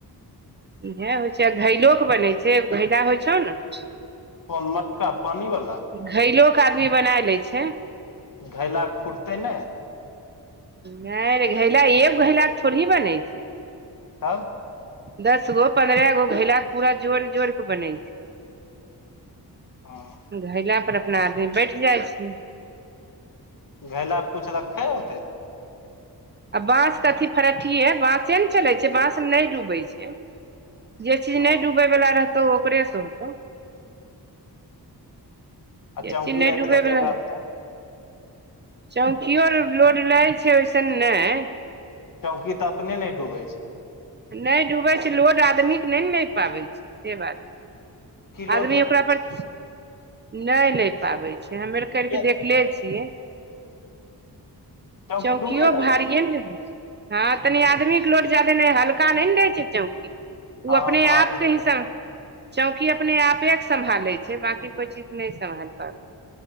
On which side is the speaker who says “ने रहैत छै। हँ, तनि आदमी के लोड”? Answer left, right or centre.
Right